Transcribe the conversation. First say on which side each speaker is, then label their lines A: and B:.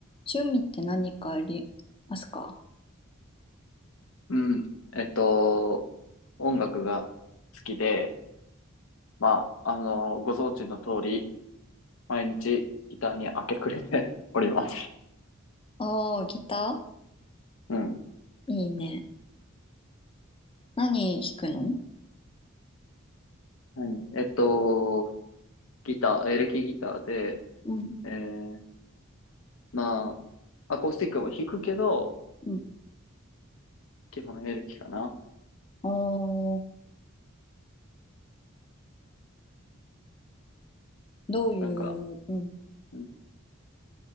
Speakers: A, on the left; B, on the left.
A: 趣味って何かありますか
B: うん。えっと、音楽が好きで、まあ、あの、ご存知の通り、毎日ギターに明け暮れて <laughs> おります。
A: ああー、ギタ
B: うん。
A: ーいいね。何弾くの
B: 何えっと、ギター、エレキギターで、
A: うん、
B: えー、まあ、アコースティックも弾くけど、
A: うん。
B: 基本エレキかな。
A: おー、どういう、
B: なんか、
A: うん、
B: うん